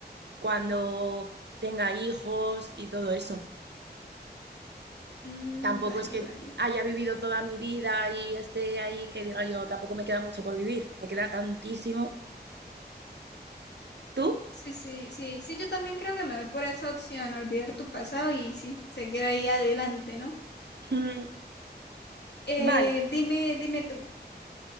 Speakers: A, on the right; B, on the left.
A: cuando tenga hijos y todo eso.
B: Mm,
A: tampoco
B: vale,
A: es que
B: vale.
A: haya vivido toda mi vida y esté ahí que diga yo, tampoco me queda mucho por vivir, me queda tantísimo. ¿Tú?
B: Sí, sí, sí, sí, yo también creo que me voy por esa opción, olvidar tu pasado y sí, seguir ahí adelante, ¿no?
A: Mm,
B: Eh,
A: Vale,
B: dime, dime tú.